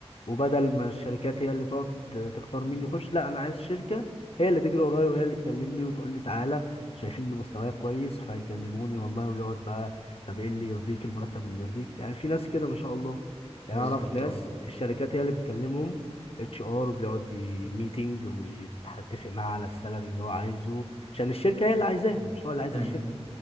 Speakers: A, on the left; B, on the left.
A: وبدل ما الشركات هي اللي تقعد ت- تختار مين يخش لا انا عايز شركه هي اللي تجري ورايا وهي اللي تكلمني وتقول لي تعالى شايفين ان مستواي كويس فيكلموني والله ويقعد بقى طب ايه اللي يرضيك المرتب اللي يرضيك يعني في ناس كده ما شاء الله يعني
B: بالظبط
A: اعرف ناس
B: اه
A: الشركات هي اللي بتكلمهم اتش ار وبيقعد ميتنج ويتفق معاه على السالري اللي هو عايزه عشان الشركه هي اللي عايزاه مش هو اللي عايز
B: مم.
A: الشركه